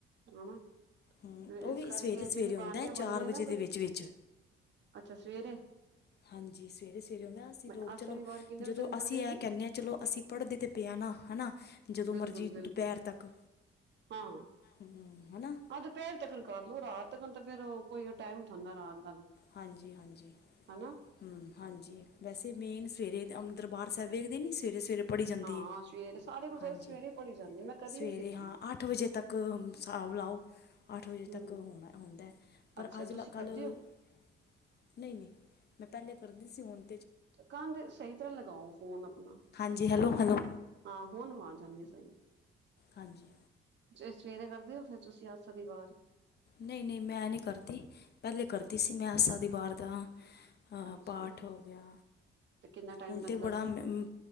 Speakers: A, on the right; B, on the left.
A: ਹਨਾ
B: ਹੂੰ
A: ਤੇ
B: ਉਹ
A: ਏਸ
B: ਵੀ
A: ਕਰਕੇ
B: ਸਵੇਰੇ ਸਵੇਰੇ
A: ਜਿਹੜੀ
B: ਹੁੰਦਾ
A: ਬਾਣੀਆਂ
B: ਚਾਰ
A: ਬਣੀਆਂ
B: ਵਜੇ
A: ਨਾ
B: ਦੇ
A: ਬਈ
B: ਵਿੱਚ ਵਿੱਚ
A: ਅੱਛਾ ਸਵੇਰੇ।
B: ਹਾਂਜੀ ਸਵੇਰੇ-ਸਵੇਰੇ ਨਾ ਅਸੀਂ
A: ਬਈ
B: ਲੋਕ
A: ਆਹ
B: ਚਲੋ
A: ਸ਼ਨੀਵਾਰ ਕਿੰਨੇ
B: ਜਦੋਂ
A: ਵਜੇ ਤੱਕ ਪੜ੍ਹਦੇ
B: ਅਸੀਂ
A: ਨੇ
B: ਐਹ ਕਹਿਣੇ ਆ ਚਲੋ ਅਸੀਂ ਪੜ੍ਹਦੇ ਤੇ ਪਏ ਆ ਨਾ ਹਨਾ, ਜਦੋਂ
A: ਬਿਲਕੁਲ
B: ਮਰਜ਼ੀ
A: ਬਿਲਕੁਲ
B: ਦੁਪਹਿਰ ਤੱਕ।
A: ਹਾਂ।
B: ਹੂੰ, ਹਨਾ?
A: ਆਹ ਦੁਪਹਿਰ ਤੱਕਣ ਕਰ ਲਓ ਰਾਤ ਤਕਣ ਤਾਂ ਫੇਰ ਕੋਈ ਟਾਈਮਦਾ ਰਾਤ ਦਾ ਵੀ।
B: ਹਾਂਜੀ-ਹਾਂਜੀ।
A: ਹਨਾ?
B: ਹੂੰ, ਹਾਂਜੀ ਵੈਸੇ ਮੇਨ ਸਵੇਰੇ ਅ ਦਰਬਾਰ ਸਾਹਿਬ ਵੇਖਦੇ ਨੀ ਸਵੇਰੇ-ਸਵੇਰੇ ਪੜੀ ਜਾਂਦੀ
A: ਹਾਂ
B: ਏ,
A: ਸਵੇਰੇ ਸਾਰੇ ਗੁਰਦੁਆਰੇ
B: ਹਾਂਜੀ
A: ਸਵੇਰੇ ਪੜ੍ਹੀ ਜਾਂਦੀ ਮੈਂ ਕਦੀ
B: ਸਵੇਰੇ
A: ਨੀ ਕੀਤੀ
B: ਹਾਂ ਅੱਠ ਵਜੇ ਤੱਕ ਹਿਸਾਬ ਲਾਓ ਅੱਠ ਵਜੇ
A: ਹੂੰ
B: ਤੱਕ ਹੋਣਾ ਹੁੰਦਾ ਪਰ
A: ਅੱਛਾ
B: ਅੱਜ
A: ਤੁਸੀਂ
B: ਕੱਲ੍ਹ
A: ਕਰਦੇ ਹੋ
B: ਨਈ-ਨਈ। ਮੈਂ ਪੈਲੇ ਕਰਦੀ ਸੀ ਹੁਨ
A: ਕੰਧ ਸਈ ਤਰ੍ਹਾਂ ਲਗਾਓ ਫੋਨ ਅਪਨਾ।
B: ਹਾਂਜੀ ਹੈਲੋ ਹੈਲੋ
A: ਹਾਂ ਹੁਨ ਆਵਾਜ਼ ਆਂਦੀ ਸਈ।
B: ਹਾਂਜੀ।
A: ਸਵੇਰੇ ਕਰਦੇ ਹੋ? ਫੇਰ ਤੁਸੀਂ ਆਸਾ ਦੀ ਵਾਰ?
B: ਨਹੀਂ- ਨਹੀਂ, ਮੈਂ ਨਹੀਂ ਕਰਦੀ। ਪਹਿਲੇ ਕਰਦੀ ਸੀ। ਮੈਂ ਆਸਾ ਦੀ ਵਾਰ ਦਾ ਹਾਂ
A: ਅੱਛਾ
B: ਪਾਠ ਹੋ ਗਿਆ।
A: ਤੇ ਕਿੰਨਾ ਟਾਈਮ
B: ਹੁਣ
A: ਲੱਗਦਾ
B: ਤਾਂ ਬੜਾ
A: ਸੀ
B: ਮ